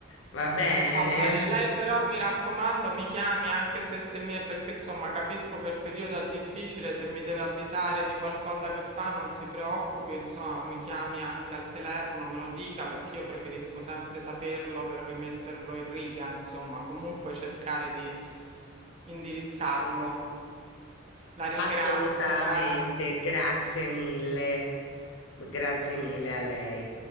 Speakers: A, on the left (about 70°); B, on the right (about 30°).
A: Va bene?
B: Va bene, lei però mi raccomando, mi chiami anche se, se mi... perché insomma capisco che il periodo è difficile, se mi deve avvisare di qualcosa che fa non si preoccupi, insomma mi chiami anche al telefono, me lo dica perché io preferisco sempre saperlo per rimetterlo in riga, insomma comunque cercare di indirizzarlo. La ringrazio,
A: Assolutamente,
B: eh.
A: grazie mille. Grazie mille a lei.